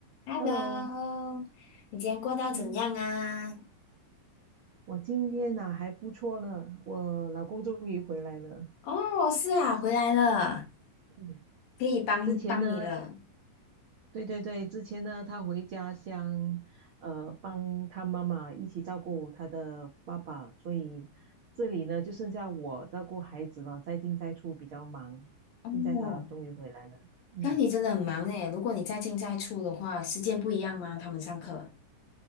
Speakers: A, on the left (about 80°); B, on the right (about 55°).
A: Hello，
B: Hello，
A: 你今天过到怎样啊？
B: 嗯，我今天呐还不错呢，我老公终于回来了。
A: 哦，是啊，回来了，
B: 嗯，
A: 可以帮帮你了。
B: 之前呢，对对对，之前呢，他回家乡，呃，帮他妈妈一起照顾他的爸爸，所以这里呢就剩下我照顾孩子了，在进在出比较忙。
A: 哦，
B: 现在他终于回来了，嗯，
A: 那你真的很忙诶，如果你在进在出的话，时间不一样吗？他们上课。